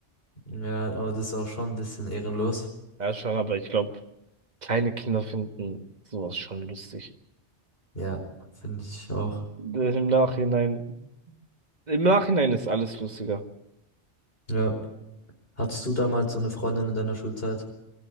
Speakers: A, on the left (about 55°); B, on the right (about 40°).
A: Ja, aber das ist auch schon ein bisschen ehrenlos.
B: Ja, schon, aber ich glaube, kleine Kinder finden sowas schon lustig.
A: Ja, finde ich auch.
B: Äh, Im Nachhinein, im Nachhinein ist alles lustiger.
A: Ja. Hattest du damals so eine Freundin in deiner Schulzeit?